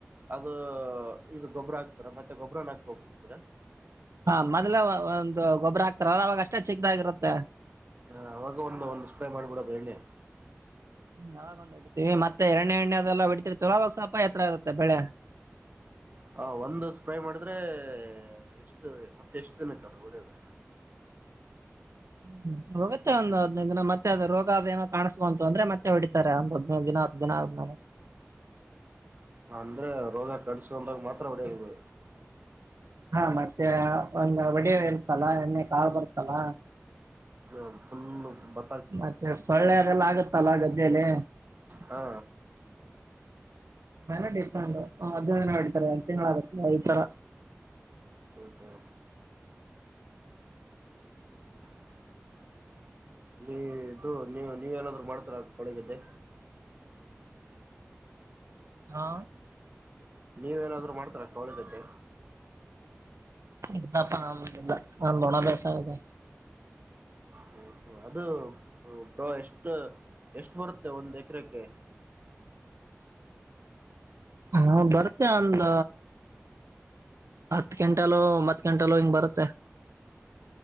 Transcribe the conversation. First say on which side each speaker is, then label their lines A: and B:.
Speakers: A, on the right; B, on the right.
A: ಅದು ಇದು ಗೊಬ್ಬರ ಹಾಕ್ತೀರ ಮತ್ತೆ ಗೊಬ್ಬರನ ಹಾಕೋಕ್ ಹೋಗ್ತಿರ.
B: ಹಾ ಮೊದ್ಲ ಒಂದ್ ಗೊಬ್ಬರ ಹಾಕ್ತಾರಲವಾಗ ಅಷ್ಟೇ ಚಿಕ್ಕದಾಗಿರುತ್ತೆ.
A: ಹ ಅವಾಗ ಒಂದು ಒಂದ್ ಸ್ಪ್ರೇ ಮಾಡ್ಬಿಡೋದು ಎಣ್ಣೆ.
B: ಹ್ಮ್ ಅವಾಗ್ ಒಂದು ಹೊಡಿತೀವಿ ಮತ್ತೆ ಎರ್ಣ ಎಣ್ಣೆ ಅದೆಲ್ಲಾ <unintelligible> ಅವಾಗ್ ಸ್ವಲ್ಪ್ ಎತ್ತರ ಇರುತ್ತೆ ಬೆಳೆ.
A: ಹ ಒಂದು ಸ್ಪ್ರೈ ಮಾಡಿದ್ರೆ ಎಷ್ಟು ಮತ್ತೆ ಎಷ್ಟು ದಿನಕ್ಕದು ಹೊಡ್ಯೋದು.
B: ಹ್ಮ ಹೋಗುತ್ತೆ ಒಂದು ಹದ್ನೈದು ದಿನ ಮತ್ತೆ ಅದು ರೋಗ ಅದೇನೋ ಕಾಣ್ಸ್ಕೊಂತು ಅಂದ್ರೆ ಮತ್ತೆ ಹೊಡಿತಾರೆ ಒಂದು ಹದ್ನೈದಿನ ದಿನ ಅದ್ಮೇಲೆ
A: ಅಂದ್ರೆ ರೋಗ ಕಾಣ್ಸ್ಕೊಂಡಾಗ್ ಮಾತ್ರ ಹೊಡಿಯೋದದು.
B: ಹಾ ಮತ್ತೆ ಒಂದು ವಡೆ ಇರ್ತಲ್ಲ ಎಣ್ಣೆ ಕಾಳ್ ಬರುತ್ತಲ್ಲ.
A: <inaudible> ಫುಲ್ಲು ಭ
B: ಮತ್ತೆ ಸೊಳ್ಳೆ ಅದೆಲ್ಲ ಆಗತ್ತಲ್ಲ ಗದ್ದೇಲಿ
A: ಹಾ
B: ಮೇಲೆ ಡಿಪೆಂಡ್ ಹದ್ನೈದಿನ ಹೊಡೀತಾರೆ ಒಂದ್ ತಿಂಗಳಾಗುತ್ತಲ ಈ ತರ
A: ಹ್ಮ್ ಹ್ಮ್ <inaudible> ನೀ ಇದು ನೀ ನೀವೇ ಏನಾದ್ರು ಮಾಡ್ತೀರ ಕೊಳಿ ಗದ್ದೆ.
B: ಹಾ
A: ನೀವೇನಾದ್ರು ಮಾಡ್ತೀರ ಕವಳಿಗದ್ದೆ.
B: <unintelligible> ನಮ್ ಒಣ ಬೇಸಯ ಇದೆ.
A: ಹ್ಮ ಹ ಅದು ಬ ಎಷ್ಟ್ ಎಷ್ಟು ಬರುತ್ತೆ ಒಂದ್ ಎಕರೆಕ್ಕೆ
B: ಹಾ ಬರುತ್ತೆ ಒಂದ ಹತ್ ಗಂಟೆಲ್ಲೋ ಒಂಬತ್ ಗಂಟೆಲ್ಲೋ ಹಿಂಗ್ ಬರುತ್ತೆ.